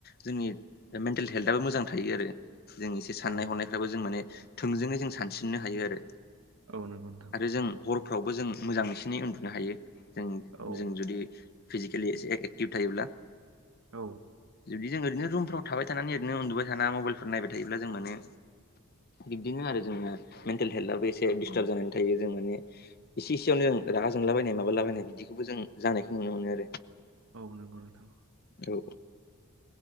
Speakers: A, on the left; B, on the right.
A: जोंनि मेन्टेल हेल्थआबो मोजां थायो आरो। जों एसे साननाय-हनायफ्राबो
B: औ
A: जों माने थोंजोङै जों सानस्रिनो हायो आरो।
B: औ नंगौ नोंथां।
A: आरो जों हरफ्रावबो जों मोजाङैसिनै उन्दुनो हायो जों
B: औ
A: जों जुदि। फिजिकेलि एसे एक्टिभ थायोब्ला।
B: औ।
A: जुदि जों ओरैनो रुमफ्राव थाबाय थानानै ओरैनो उन्दुबाय थाना मबाइलफोर नायबाय थायोब्ला जों माने। बिबदिनो आरो जोंना मेन्टेल हेल्थआबो एसे। डिस्टार्ब जानानै थायो जों माने एसे इसेयावनो जों रागा जोंलाबायनाय माबा लाबायनाय बिदिखौबो जों जानायखौ। नुनो मोनो आरो।
B: औ नंगौ नोंथां
A: औ